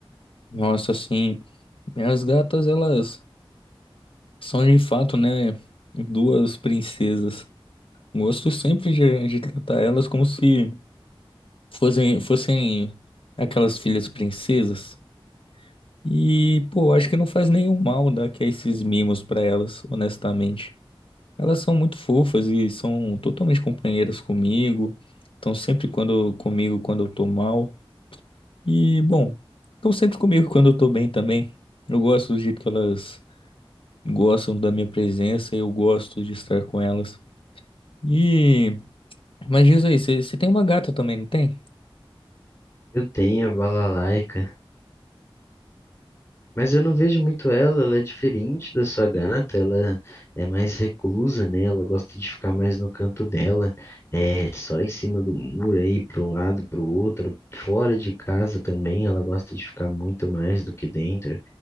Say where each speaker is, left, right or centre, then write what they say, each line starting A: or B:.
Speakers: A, on the left; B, on the left.
A: nossa, assim, as gatas, elas são de fato, né? Duas princesas. Gosto sempre de, de tratar elas como se fossem, fossem aquelas filhas princesas. E, pô, acho que não faz nenhum mal dar que esses mimos para elas, honestamente. Elas são muito fofas e são totalmente companheiras comigo. Estão sempre quando comigo quando eu tô mal. E, bom, estão sempre comigo quando eu tô bem também. Eu gosto do jeito que elas gostam da minha presença, eu gosto de estar com elas. E, mas diz aí, você tem uma gata também, não tem?
B: Eu tenho a Balalaica, Mas eu não vejo muito ela, ela é diferente da sua gata, ela é mais reclusa, né? Ela gosta de ficar mais no canto dela, é só em cima do muro aí, para um lado, para o outro, fora de casa também, ela gosta de ficar muito mais do que dentro.